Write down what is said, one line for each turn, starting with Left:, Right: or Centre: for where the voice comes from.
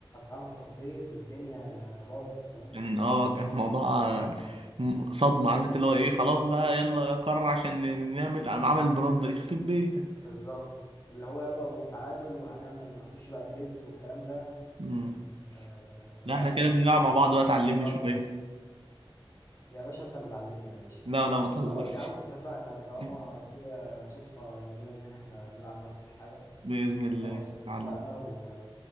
Left: انا اتخضيت والدنيا باظت فاهم
Right: كان اه كان موضوع آه، م- صدمه عارف انت اللي هو ايه خلاص بقى يلا يا قرر عشان نعمل قام عمل البراندة دي يخرب بيتك
Left: بالظبط اللي هو يلا وتعادل وهنعمل هنخش بقى بليدز والكلام ده
Right: مم.
Left: آه
Right: لا احنا
Left: لا
Right: كده
Left: كان
Right: لازم نلعب
Left: آه،
Right: مع بعض بقى تعلمني
Left: كانت صعد
Right: شويه
Left: موسم يا باشا انت اللي تعلمني يا باشا
Right: لا لا ما تهزرش
Left: خلاص يا عم اتفقنا طالما
Right: <laughs>
Left: كده صدفة جميلة ان احنا بنلعب نفس الحاجة
Right: بإذن الله
Left: خلاص
Right: تعلم
Left: اتفقنا و...